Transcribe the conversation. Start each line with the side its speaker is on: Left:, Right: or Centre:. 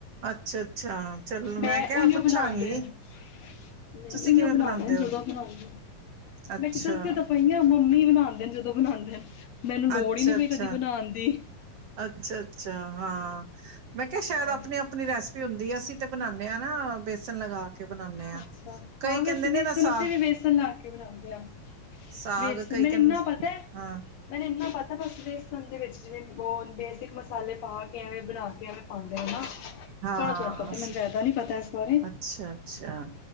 Right: ਅੱਛਾ ਅੱਛਾ। ਚਲੋ
Left: ਮੈਂ
Right: ਕਿਹਾ
Left: ਉਈਆਂ
Right: ਪੁੱਛਾਂਗੀ
Left: ਬਣਾਉਂਦੇ ਨਹੀਂ
Right: ਤੁਸੀਂ
Left: ਉਈਆਂ
Right: ਕਿਵੇਂ
Left: ਬਣਾਉਂਦੇ
Right: ਹੋ
Left: ਜਦੋਂ ਬਣਾਉਦੇ
Right: ਅੱਛਾ
Left: ਮੈਂ ਕਿਹਾ ਦੱਸਦੀ ਤਾਂ ਪਈ ਆਂ ਮੰਮੀ ਬਣਾਂਦੇ ਜਦੋਂ ਬਣਾਉਂਦੇ ਐ ਮੈਨੂੰ ਲੋੜ
Right: ਅੱਛਾ
Left: ਹੀ ਨ੍ਹੀਂ ਪਈ
Right: ਅੱਛਾ
Left: ਕਦੀ ਬਣਾਉਣ ਦੀ।
Right: ਅੱਛਾ ਅੱਛਾ, ਹਾਂ। ਮੈਂ ਕਿਹਾ ਸ਼ਾਇਦ
Left: ਹਾਂ
Right: ਆਪਣੀ-ਆਪਣੀ ਰੈਸਪੀ ਹੁੰਦੀ ਦੀ ਅਸੀਂ ਤੇ ਬਣਾਉਦੇ ਹਾਂ ਨਾ ਬੇਸਨ ਲਗਾ ਕੇ ਬਣਾਉਂਦੇ ਹਾਂ
Left: ਅੱਛਾ
Right: ਕਈ
Left: ਹਾਂ
Right: ਕਹਿੰਦੇ
Left: ਵੈਸੇ ਬੇਸਣ
Right: ਨੇ ਇਹਦਾ ਸਾਗ
Left: ਅਸੀਂ ਵੀ ਬੇਸਣ ਲਾ ਕੇ ਬਣਾਂਦੇ ਹਾਂ,
Right: ਸਾਗ
Left: ਬੇਸਣ
Right: ਕਈ
Left: ਮੈਨੂੰ
Right: ਕਹਿੰਦੇ
Left: ਇੰਨਾ ਪਤਾ,
Right: ਹਾਂ
Left: ਮੈਨੂੰ ਇੰਨਾ ਪਤਾ ਤਾਂ ਬਸ ਬੇਸਨ ਦੇ ਵਿੱਚ ਜਿਵੇਂ ਉਹ ਬੋ ਬੇਸਿਕ ਮਸਾਲੇ ਪਾ ਕੇ ਐਵੇਂ ਬਣਾ ਕੇ ਐਵੇਂ ਪਾਂਦੇ ਐ ਨਾ?
Right: ਹਾਂ
Left: ਥੋੜਾ-ਥੋੜਾ ਪਤਾ
Right: ਅਸੀਂ
Left: ਮੈਨੂੰ ਜ਼ਿਆਦਾ ਨੀ ਪਤਾ ਇਸ ਬਾਰੇ
Right: ਅੱਛਾ ਅੱਛਾ